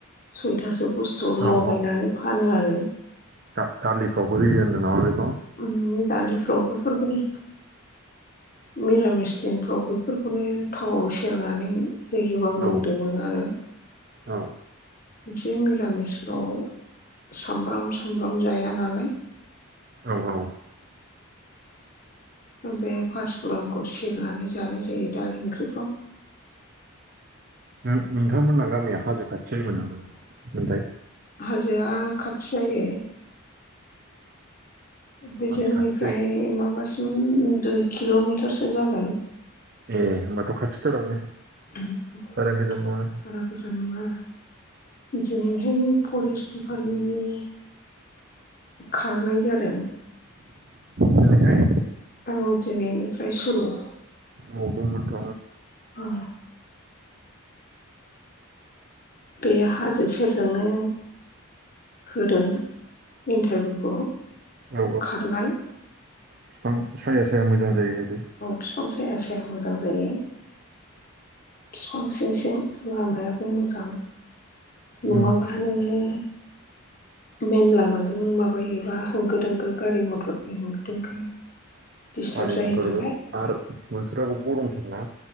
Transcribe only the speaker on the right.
औ
औ
दा दालिफ्रावबो होयो होनदों नामा बे
औ
औ
औ औ
नोंथां हाजो खाथि जायोमोन नामा मोनथाय।
मासि
खाथि जायो
ए होनोमबाथ' खाथिथारानो
गोजान नङा
दिनैहाय
औ दंमोनथ'
औ
बिफां साया साया मोजां जायो आरो।
उम
गारि
मथरबो
आरो बोथोराबो गरम थाराना